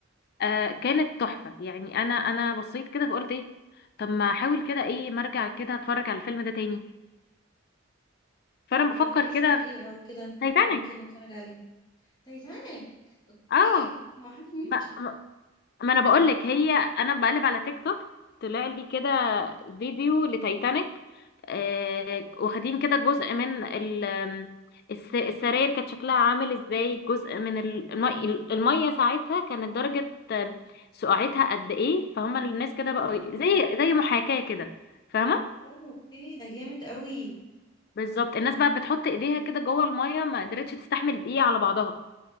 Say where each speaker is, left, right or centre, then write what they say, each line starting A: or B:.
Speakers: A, on the left (about 55°); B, on the left (about 25°).
A: آه كانت تحفة يعني انا انا بصيت كده فقلت ايه طب ما احاول كده ايه ما ارجع كده اتفرج على الفيلم ده تاني فانا
B: طب والله
A: بفكر
B: اسمه
A: كده
B: ايه
A: في
B: او كده
A: تايتانيك
B: ممكن اتفرج عليه تايتانيك اوكي
A: اه
B: لا، ما حاسس مين
A: ما,
B: مش عارفة.
A: ما ما انا بقول لك هي انا بقلب على تيك توك طلع لي كده فيديو لتايتانيك آه واخدين كده جزء من ال آم، الس- السراير كانت شكلها عامل ازاي جزء من ال- المي المية ساعتها كانت درجة آه، سقعتها قد ايه فهم الناس كده
B: اه
A: بقوا زي زي محاكاة كده فاهمة
B: اوكي ده جامد قوي
A: بالظبط الناس بقى بتحط ايديها كده جوه الميه ما قدرتش تستحمل دقيقه على بعضها